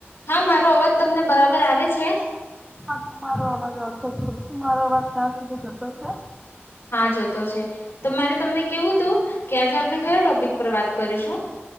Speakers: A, on the left; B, in the centre.
A: હા મારો અવાજ તમને બરાબર આવે છે.
B: હા તમારો અવાજ આવતો છે. શું મારો અવાજ ત્યાં સુધી જતો છે?
A: જતો છે તો મારે તમને કેવું હતું કે આજે આપણે કયા ટોપિક પર વાત કરીશું.